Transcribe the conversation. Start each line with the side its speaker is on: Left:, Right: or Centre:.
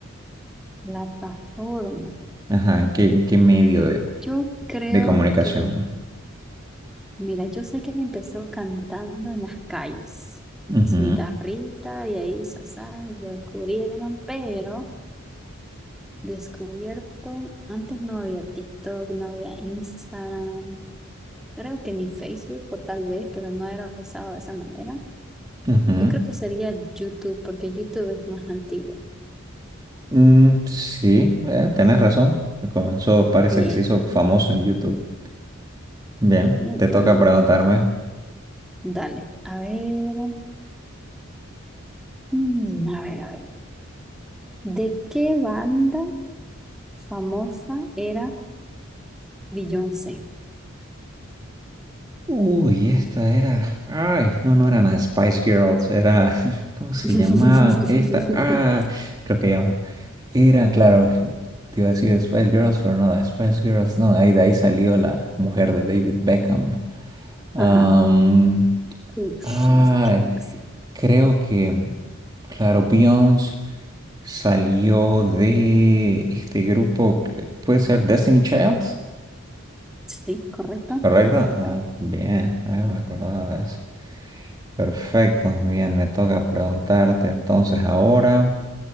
Centre: Plataforma.
Right: Ajá, ¿en qué, en qué medio de,
Centre: Yo creo
Right: de comunicación?
Centre: que, mira, yo sé que él empezó cantando en las calles
Right: Ujú,
Centre: con su guitarrita y ahí, sasá, y lo descubrieron, pero Descubierto, antes no había TikTok, no había Instagram, creo que ni Facebook o tal vez, pero no era usado de esa manera.
Right: ujú.
Centre: Yo creo que sería YouTube, porque YouTube es más antiguo.
Right: Mm, sí, eh, tenés razón. Comenzó, parece
Centre: Bien,
Right: que se hizo famoso en YouTube. Bien,
Centre: bien,
Right: te
Centre: bien.
Right: toca preguntarme.
Centre: Dale, a ver, mm, a ver, a ver. ¿De qué banda famosa era Beyoncé?
Right: Uy, esta era. Ay, no, no eran las Spice Girls, era. <laughs> ¿Cómo se
Centre: <laughs>
Right: llamaban? Esta. Ah, creo que llaman. Era, claro, te iba a decir Spice Girls, pero no, las Spice Girls, no. Ahí, de ahí salió la mujer de David Beckham. Am,
Centre: Ajá, Ush,
Right: ah,
Centre: no sé qué, algo así.
Right: creo que. Claro, Beyoncé. Salió de este grupo, que- puede ser Destiny Child,
Centre: Sí, correcto,
Right: ¿correcto?
Centre: correcto.
Right: Ah, bien, ah, me acordaba de eso. Perfecto, bien, me toca preguntarte entonces ahora.